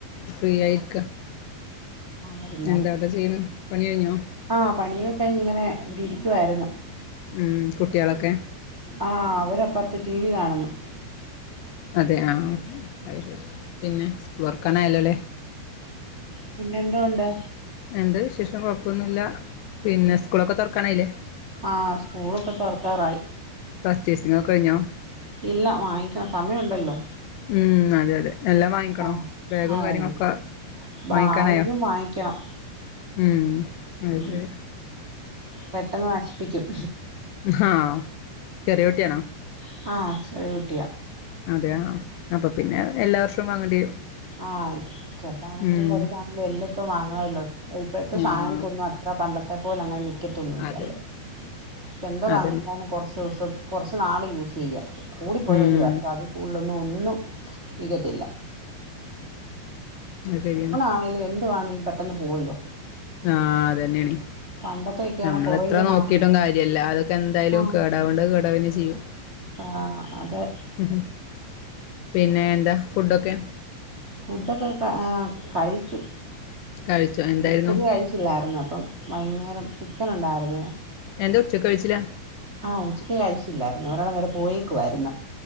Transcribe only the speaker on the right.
ആയിരുന്നോ
ആഹ് പണിയൊക്കെ കഴിഞ് ഇങ്ങനെ ഇവിടെ ഇരിക്കുവായിരുന്നു
ആഹ് അവരപ്പറത്ത് ടി വി കാണുന്നു
പിന്നെ എന്തൊണ്ട്
ആഹ് സ്കൂളൊക്കെ തൊറക്കാറായി
ഇല്ല വാങ്ങിക്കണം സമയമുണ്ടല്ലോ
ആഹ്
ആഹ്
ബാഗും
വാങ്ങിക്കണം
ഉം
പെട്ടെന്ന് നശിപ്പിക്കും
ഉം ആഹ് ചെറിയ കുട്ടി
ആഹ് ചെറുതാണെങ്കിലും
വലുതാണെ വെല്ല ഇപ്പം വാങ്ങണല്ലോ ഇപ്പോഴത്തെ സാധനം
കൊന്നു അത്ര പണ്ട ത്തെ പോല അങ്ങനെ നിക്കത്തൊന്നുംല്ലല്ലേ
ഇ എന്താ
വാങ്ങിച്ച കുറച്ച് ദിവസം കുറച്ച് നാള് യൂസ് ചെയ്യ കൂടിപ്പോയി
ഒരു വർഷം അതിൽ കൂടുതലൊന്നും ഒന്നും നികതില്ല
ആണെ എന്തുവാണെങ്കിലും പെട്ടെന്ന് പോവല്ലോ
പണ്ടത്തെയൊക്കെയാണ്
കൊറേ
നാള് നിക്കും
ആഹ്
ആഹ് അതെ
ഫുഡൊക്കെ കഴിച്ചു
ഉച്ചക്ക് കഴിച്ചില്ലായിരുന്നു അപ്പം വൈകുന്നേരം ചിക്കൻ ഉണ്ടായിരുന്ന്
ആഹ് ഉച്ചയ്ക്ക് കഴിച്ചില്ലായിരുന്നു ഒരെടം വരെ പോയേക്കുവായിരുന്നു